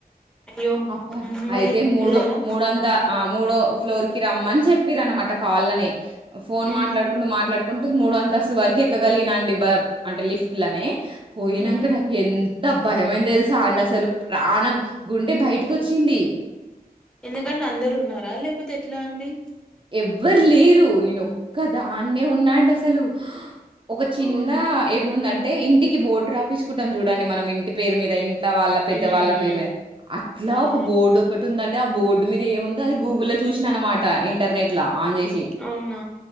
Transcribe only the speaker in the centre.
అయ్యో
ఉమ్ మరి
ఎల్లారా
ఉమ్
ఉమ్
ఎందుకంటే అందరు ఉన్నారా లేకపోతే ఎట్లా అండి
అవునా ఉమ్
ఉమ్
అవునా
అవునా